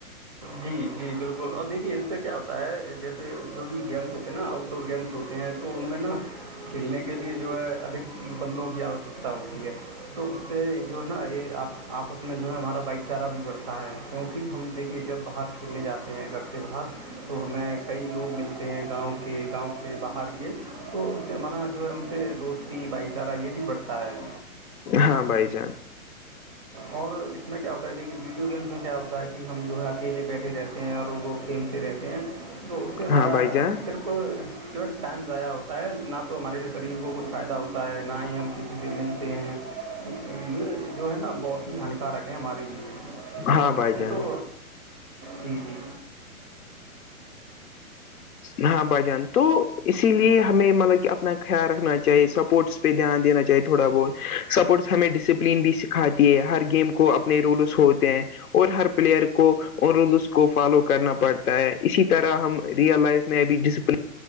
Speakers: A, on the right; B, on the left.
A: جی جی بالکل اور دیکھیے اس سے کیا ہوتا ہے جیسے جو بھی گیمس ہوتے ہیں نا آؤٹ ڈور گیمس ہوتے ہیں تو ان میں نا کھیلنے کے لیے جو ہے ادک بندوں- آوشکتا ہوتی ہے تو اس سے جو ہے نا یہ آپ- آپس میں جو ہے ہمارا بھائی چارہ بھی بڑھتا ہے کیونکہ ہم دیکھیے جب باہر کھیلنے جاتے ہیں گھر سے باہر تو ہمیں کئی لوگ ملتے ہیں گاؤں کے گاؤں کے باہر کے- تو اس سے ہمارا جو ہے ان سے دوستی بھائی چارہ یہ بھی بڑھتا ہے-
B: ہاں بھائی چانس-
A: اور اس میں کیا ہوتا ہے دیکھیے ویڈیو گیم میں کیا ہوتا ہے کہ ہم جو ہے- کے لیے بیٹھے رہتے ہیں اور وہ کھیلتے رہتے ہیں تو اس سے ہمارا
B: ہاں بھائی جان
A: صرف- جو ٹائم ضائع ہوتا ہے نہ تو ہمارے شریر کو کوئی فائدہ ہوتا ہے نہ ہی ہم کسی- ک سے ملتے ہیں یہ جو ہے نا بہت ہی ہانیکارک ہے ہمارے لیے-
B: ہاں بھائی جان
A: ے تو جی-جی
B: ہاں بھجن تو اسی لیے ہمیں مطلب کہ اپنا خیال رکھنا چاہیے سپورٹس- دھیان دینا چاہیے تھوڑا بہت سپورٹس ہمیں ڈسپلن بھی سکھاتی ہے ہر گیم کو اپنا- اپنے رولس ہوتے ہیں- اور ہر پلیئر کو رولس کو فالو کرنا پڑتا ہے اسی طرح ہم- لائف میں بھی ڈسپلن